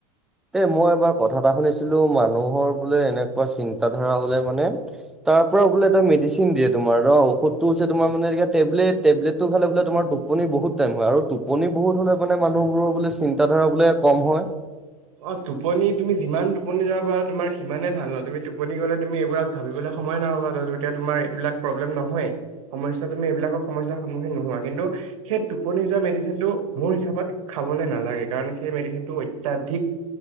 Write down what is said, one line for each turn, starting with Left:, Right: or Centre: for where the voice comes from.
Centre: এই মই এবাৰ কথা এটা শুনিছিলোঁ মানুহৰ বোলে এনেকুৱা চিন্তা ধাৰা হ'লে মানে। তাৰ পৰাৰা বোলে এটা মেডিচিন দিয়েোমাৰ ষধটো হৈছে তোমাৰ মানে এতিলেট টবলেটো খালে বোলে তোম। টোপনি বহুত টাইম হয় আৰু টোপনি বহুত হ'লে মানে মানুহবোৰৰ বোলে চিন্তাধাৰা বোলে কম হয়।
Right: অ টোপনি তুমি যিমান টোপনি যাবা পাৰা তোমাৰ সিমানে ভাল নহ তুমি টোপনি গ'লে তুমি এইবোৰাক। ভাবিবলৈ সময় নাইহ'বা ততিয়া তোমাৰ এইবিলাক প্ৰব্লেম নহয়েই। সমস্যা তুমি এইবিলাকৰ সমস্যাৰ সন্মুখীন নোহোৱা কিন্তু। সেই টোপনি যোৱা মেডিচিন টো মোৰ হিচাপত খাবলৈ নালাগে কাৰণ সেই মেডিচিন টো অত্যাধিক।